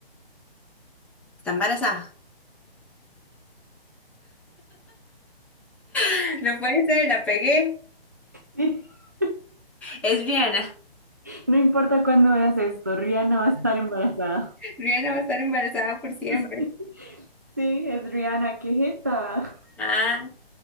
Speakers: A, in the centre; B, on the right.
A: está embarazada. <laughs> No puede ser, la pegué.
B: <laughs>
A: Es Rihanna.
B: Sí, No importa cuándo veas esto, Rihanna va a estar embarazada.
A: Rihanna va a estar embarazada por siempre.
B: <laughs> Sí, es Rihanna, qué jeta.
A: Ah,